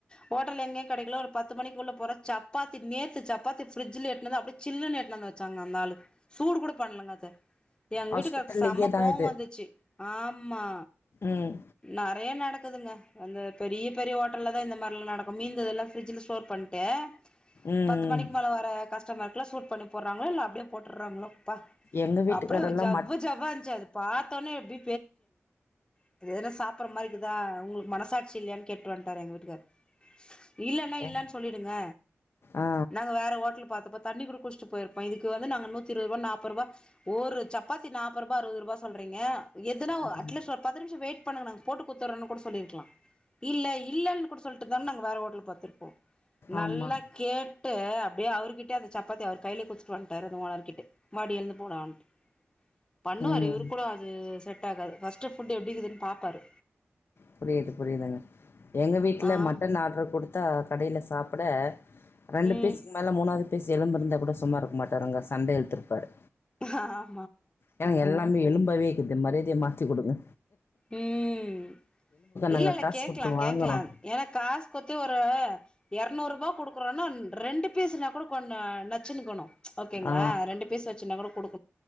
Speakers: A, on the left; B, on the left.
A: ஹோட்டல் எங்யு கெடைக்கல ஒரு பத்து மணி உள்ள போற சப்பாத்தி நேத்து சப்பாத்தி ஃபிரிட்ஜுல எட்னது அப்டியே சில்லுனு எட்த்துனு வச்சாங்க அந்த ஆளு சூடு கூட பண்லங்க அத எங்
B: ஹாஸ்பிட்டல்லையே
A: வீட்டுக்காருக்கு செம்ம
B: தான்
A: கோவந்
B: இது
A: து ஆமா
B: ம்
A: நறைய நடக் குதுங்க அந்த பெரிய பெரிய ஹோட்டல்ல தா இந்த மாரில்லா நடக்கு மீந்ததெல்லா ஃபிரிட்ஜுல ஸ்டோர் பண்ட்டு
B: ம்
A: பத்து மணிக்கு மேல வர கஸ் டமர்க்ல்லா சூடு பண்ணி போட்றாங்ளொ இல்ல அப்டியெ போட்டுர்றாங்களோ ப்பா
B: எங்கள் வீட்டுக்காரெல்லாம்
A: அப்புடியோ ஜவ்வு
B: மட்
A: ஜவ்வா இருன்ச்சு அது பாத்தோன்னே எப்டி <unintelligible> இது எதுன சாப்புற மாரி இக்குதா உங்களுக்கு மனசாட்சி இல்லையான் கேட்டு வன்ட்டார் எங்க வீட்டுக்கார் இல்லன்னா
B: எ-
A: இல்லன் சொல்லிடுங்க
B: ஆ
A: நாங்க வேற ஹோட்டல் பாத்துப்ப தண்ணி குட குடுச்ட்டு போயிருப்போ இதுக்கு வந்து நாங்க நூத்தி இருவருவா நாப்பருவா ஒரு சப்பாத்தி நாப்பருபா அறுவதுருபா சொல்றீங்க எதுனா
B: ம்
A: அட்லீஸ்ட் ஒர் பத் து நிம்ஷொ வெய்ட் பண்ணுங்க நாங்க போட்டு குடுத்தரோன்னு கூட சொல்லிர்க்லா இல்ல இல்லன் கூட சொல்ட்டுந்தாலு நாங்க வேற ஹோட்டல் பாத்துருப்போ நல்லா
B: ஆமாம்
A: கேட் டு அப்டியே அவர்கிட்ட அந்த சப்பாத்தி அவர் கைல குத்துட்டு வன்ட்டாரு அந்த ஓனர்க்கிட்ட வாடியெழுந்து போலான்ட்டு பண்ணுவாரு
B: ம்
A: இவரு கூட அது செ ட்டாகாது ஃபஸ்ட்டு ஃபுட்டு் எப்டிக்குதுன் பாப்பாரு
B: புரியிது புரியிதுங்க எங்க வீட்ல
A: ஆமா
B: மட்டன் ஆர்டர் குடுத்தா கடைல சாப் புட ரெண்டு
A: ம்
B: பீஸுக்கு மேல மூணாது பீஸ் எலும்பு இருந்தா கூட சும்மா இருக்க மாட்டாருங்க சண்ட இழுத்துருப்பாரு
A: ஆஹ்
B: என்னங்க எல்லாமே எலும்பாவே இக்குது மரியாதயா மா த்தி குடுங்க
A: ம்
B: நாங்கள்
A: இல்லெல்ல
B: காசு
A: கேக்லா
B: கொடுத்து வாங்குறோம்
A: கேக்லா ஏனா காசு குட்த்து ஒரு எர்நூறுபா குடுக்குறோன்னா ரெண்டு பீஸுன்னா கூட கொன்ன நச்சுன்னுக்கணு ஓகேங்ளா
B: ஆ
A: ரெண்டு பீஸ் வச்சுன்னா கூட குடு